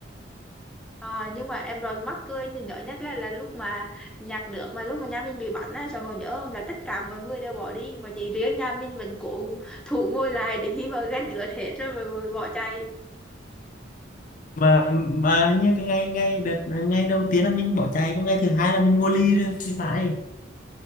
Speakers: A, in the centre; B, on the left.
A: à, nhưng mà em rồi mắc cười nhớ nhất là là lúc mà nhạc nước mà lúc mà nhà mình bị bắn á Son còn nhớ không là tất cả mọi người đều bỏ đi mà chỉ riêng nhà mình vẫn cố thủ ngồi lại để khi mà gánh lửa hết rồi mà bỏ chạy
B: mà mà như cái ngày ngày đợt ngày đầu tiên là mình bỏ chạy còn ngày thứ hai là mình ngồi ly rồi thì phải